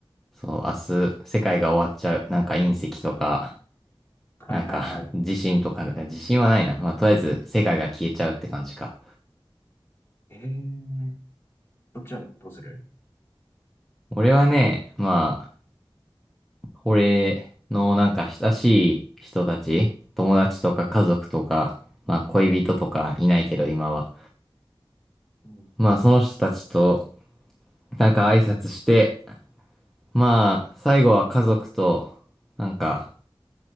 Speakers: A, in the centre; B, on the left (about 25°).
A: そう、明日世界が終わっちゃう。なんか隕石とか、
B: はいはいはい。
A: なんか <laughs> 地震とか、地震はないな。まあ、とりあえず世界が消えちゃうって感じか。
B: えー、そっちはどうする
A: 俺はね、まあ、俺のなんか親しい人たち、友達とか家族とか、まあ恋人とかいないけど今は。
B: うん。
A: まあその人たちとなんか挨拶して、まあ最後は家族となんか